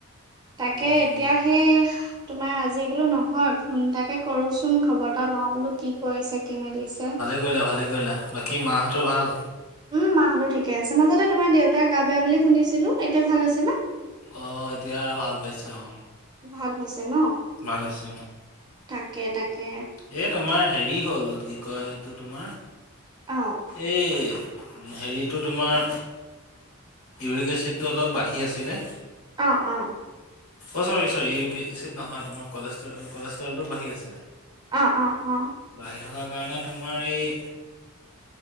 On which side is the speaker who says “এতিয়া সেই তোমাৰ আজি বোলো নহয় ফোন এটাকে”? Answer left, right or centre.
Right